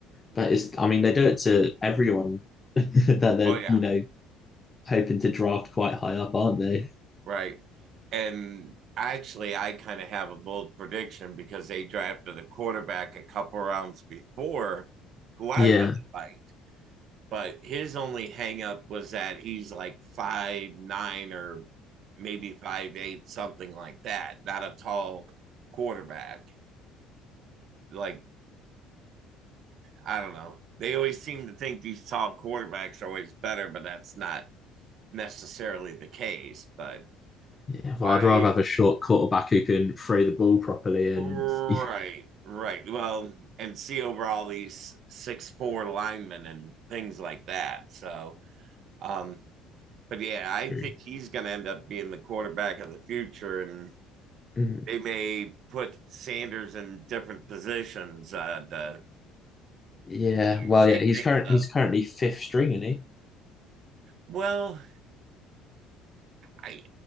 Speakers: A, on the left; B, on the right.
A: but it's, I mean, they do it to everyone <laughs> that they're,
B: Oh yeah,
A: you know, hoping to draft quite high up, aren't they?
B: right. And actually, I kind of have a bold prediction because they drafted a quarterback a couple rounds before, who I
A: Yeah.
B: really liked. But his only hangup was that he's like five nine or maybe five eight, something like that. Not a tall quarterback. Like I don't know. They always seem to think these tall quarterbacks are always better, but that's not necessarily the case. But
A: Yeah. Well,
B: I
A: I'd rather have a short quarterback who can throw the ball properly and
B: Right,
A: <laughs>
B: right. Well, and see over all these six four linemen and things like that. So, um, but yeah, I
A: True.
B: think he's going to end up being the quarterback of the future, and
A: Mm,
B: they may put Sanders in different positions uh, to
A: yeah. Well,
B: shake
A: yeah. He's
B: things
A: current.
B: up.
A: He's currently fifth string, isn't he?
B: Well, I